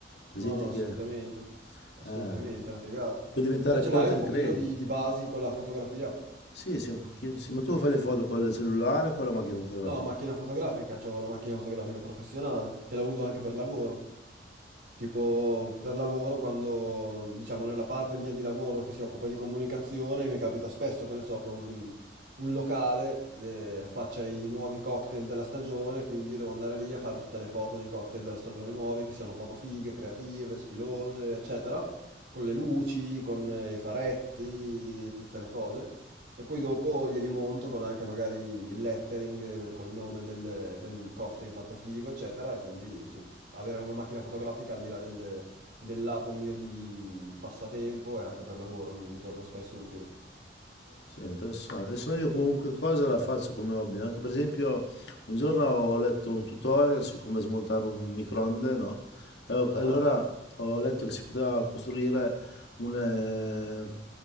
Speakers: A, on the left; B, on the right.
A: La
B: No,
A: gente
B: no, assolutamente,
A: che...
B: assolutamente,
A: eh,
B: è una figata.
A: puoi diventare
B: Te ce
A: content
B: l'hai un pochino
A: creator.
B: di di basi con la fotografia?
A: Sì, sì, un pochino, sì. Ma tu fai le foto con il cellulare o con la macchina fotografica?
B: No, macchina fotografica, ho la macchina fotografica professionale, che la uso anche per lavoro. Tipo per lavoro, quando diciamo nella parte mia di lavoro che si occupa di comunicazione, mi capita spesso che ne so che un, un locale eh, faccia i nuovi cocktail della stagione, quindi io devo andare lì a fare tutte le foto dei cocktail della stagione nuovi, che siano foto fighe, creative, stilose, eccetera, con le luci, con eh, i faretti, tutte le cose. E poi dopo glieli monto con anche magari il lettering eh, col nome del, del cocktail fatto figo, eccetera, e quindi sì avere una macchina fotografica al di là del, del lato mio di passatempo e anche per lavoro mi, mi torna spesso utile.
A: Sì, interessante. Adesso io qualunque cosa la faccio come hobby. Anche per esempio, un giorno ho letto un tutorial su come smontare un microonde, no? E ho-
B: Ah,
A: allora ho letto che si poteva costruire un... eh,